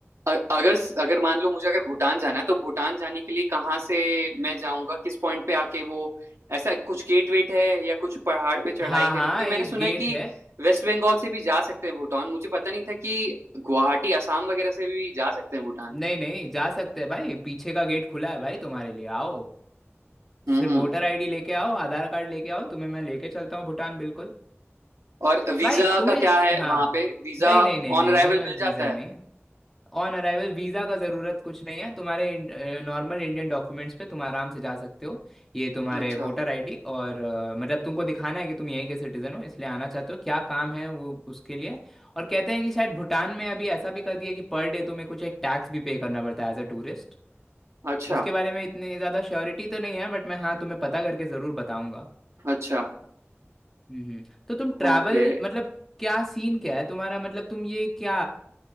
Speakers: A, on the right; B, in the centre.
A: अ- अगर अगर मान लो मुझे अगर भूटान जाना है तो भूटान जाने के लिए कहाँ से मैं जाऊंगा किस पॉइंट पे आके वो ऐसा कुछ गेट वेट है या कुछ पहाड़ पे चढ़ाई
B: हाँ
A: करी
B: हाँ
A: क्योंकि
B: एक
A: मैंने सुना
B: गेट
A: है कि
B: है
A: वेस्ट बंगाल से भी जा सकते हैं भूटान मुझे पता नहीं था कि गुवाहाटी असम वगैरह से भी जा सकते हैं भूटान
B: नहीं नहीं जा सकते हैं भाई पीछे का गेट खुला है भाई तुम्हारे लिए आओ
A: हम्म
B: सिर्फ
A: हम्म।
B: वोटर आईडी लेके आओ आधार कार्ड लेके आओ तुम्हें मैं लेके चलता हूँ भूटान बिल्कुल
A: और वीजा
B: भाई तुम्हें
A: का क्या है
B: हाँ
A: वहां पे वीजा
B: नहीं नहीं नहीं नहीं
A: ऑन अराइवल
B: भाई
A: मिल
B: वीज़ा
A: जाता
B: नहीं
A: है
B: ऑन अराइवल वीज़ा का ज़रूरत कुछ नहीं है तुम्हारे नॉर्मल इंडियन डॉक्यूमेंट्स पे तुम आराम से जा सकते हो ये तुम्हारे
A: अच्छा
B: वोटर आईडी और अ, मतलब तुमको दिखाना है कि तुम यहीं के सिटीज़न हो इसलिए आना चाहते हो क्या काम है वो उसके लिए और कहते हैं कि शायद भूटान में अभी ऐसा भी कर दिया कि पर डे तुम्हें कुछ एक टैक्स भी पे करना पड़ता है एज अ टूरिस्ट
A: अच्छा
B: उसके बारे में इतनी ज़्यादा श्योरिटी तो नहीं है बट मैं हाँ तुम्हें पता करके ज़रूर बताऊंगा
A: अच्छा
B: हम्म तो तुम ट्रैवल
A: ओके
B: मतलब क्या सीन क्या है तुम्हारा मतलब तुम ये क्या